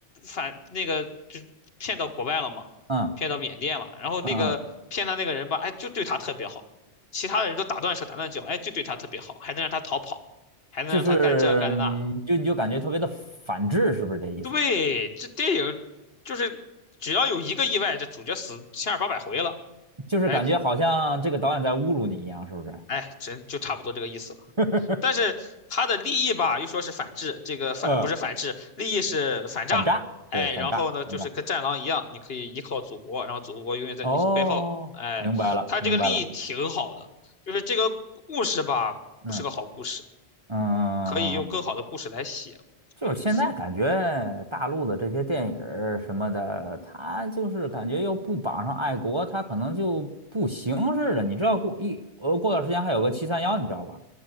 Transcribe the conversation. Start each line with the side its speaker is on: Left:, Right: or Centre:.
Left: 反那个就是骗到国外了嘛，
Right: 嗯
Left: 骗到缅甸了，然后那个骗他那个人吧，
Right: 嗯嗯，
Left: 哎，就对他特别好，其他的人都打断手打断脚，哎，就对他特别好，还能让他逃跑，还能让他干这干的那，
Right: 就是你就你就感觉特别的反制，是不是这意思？
Left: 对，这电影就是只要有一个意外，这主角死千儿八百回了。
Right: 就是感觉好像这个导演在侮辱你一样，
Left: 哎，
Right: 是不是？
Left: 哎，真就差不多这个意思了。
Right: <laughs>
Left: 但是他的利益吧，又说是反制，这个反不是反制，
Right: 嗯，
Left: 利益是反诈。
Right: 反诈，
Left: 哎，
Right: 对，反诈，
Left: 然后呢，就是跟战狼一样，
Right: 反诈。
Left: 你可以依靠祖国，然后祖国永远在你背后。
Right: 哦，
Left: 哎，
Right: 明白了，
Left: 他这个利益挺好的，
Right: 明白了。
Left: 就是这个故事吧，
Right: 嗯
Left: 不是个好故事，
Right: 嗯，
Left: 可以用更好的故事来写，是这个意思。
Right: 就是现在感觉大陆的这些电影儿什么的，它就是感觉又不绑上爱国，它可能就不行似的。你知道过一呃，过段时间还有个七三幺，你知道吧？